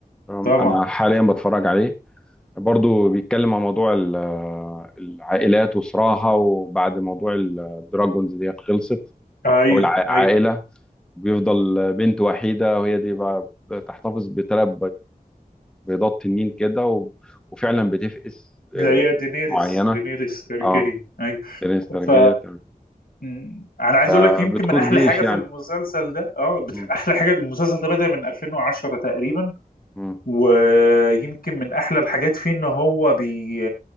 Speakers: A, in the centre; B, on the left (about 75°).
A: تمام
B: طبعا
A: انا حاليا بتفرج عليه برضو بيتكلم عن موضوع ال- آه، العائلات وصراعها وبعد موضوع الدراجونز ديت خلصت
B: أيوه
A: او العائله
B: أيوه
A: بيفضل بنت وحيده وهي دي بقى بتحتفظ بثلاث بيضات تنين كده و... وفعلا بتفقس لظروف
B: لا هي دينيريس
A: معينه
B: دينيريس تارجيريان
A: اه جنين استرجية
B: ف
A: تمام
B: م- انا عايز
A: فبتقود
B: اقول لك يمكن من احلى
A: جيش
B: حاجه في
A: يعني
B: المسلسل ده اه بت-
A: مم.
B: احلى حاجه المسلسل ده بدأ من 2010 تقريبا
A: مم.
B: ويمكن من احلى الحاجات فيه ان هو بي